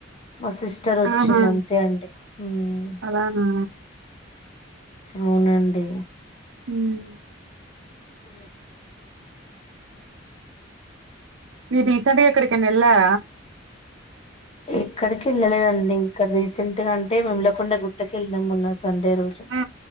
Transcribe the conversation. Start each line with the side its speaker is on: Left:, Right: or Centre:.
Left: మా సిస్టర్ వచ్చింది
Right: ఆహా
Left: అంతే అండి హ్మ్
Right: అలానా
Left: అవునండి
Right: హ్మ్
Left: ఓ
Right: మీరు రీసెంట్గా ఎక్కడికయినా వెళ్ళారా
Left: ఎక్కడికి వెళ్ళలేదండి ఇంకా రీసెంట్ గా అంటే వేముళకొండ గుట్టకి వెళ్ళినాము మొన్న సండే రోజు
Right: ఆ